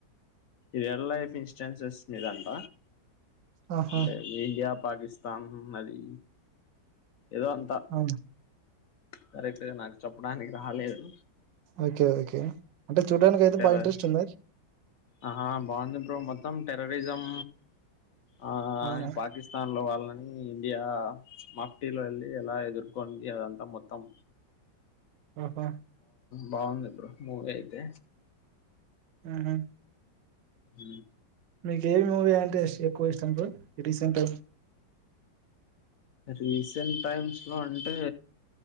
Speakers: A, on the left (about 55°); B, on the right (about 70°).
A: రియల్ లైఫ్ ఇన్స్టూరెన్స్ వస్తుందిదంట
B: ఆహా
A: అంటే ఇడియా పాకిస్తాన్ నది ఏదో అంత
B: అవును
A: కరెక్ట్ నాకు చెప్పడానికి రాలేదు
B: ఓకే ఓకే అంటే చూడ్డానికి అయితే బాగా
A: ర్
B: ఇంట్రెస్ట్ ఉందా
A: ఆా బాగుంది బ్రో మొత్తం టెరరిజం ఆ
B: అవునా
A: పాకిస్తాన్ లో వాళ్ళ కానీ ఇండియా మాఫ్టీలో వెళ్ళి ఎలా ఎదుర్కొంది అదంతా మొత్తం
B: ఆహా
A: బాగుంద ఇద్ మూవ అయితే
B: ఊహూ
A: హ
B: మీకు ఏమి మూవీ అంటే ఎక్కువ ఇష్టం ఇప్పుడు రీసెంట్
A: రీసెంట్ టైమ్స్ లో అంటే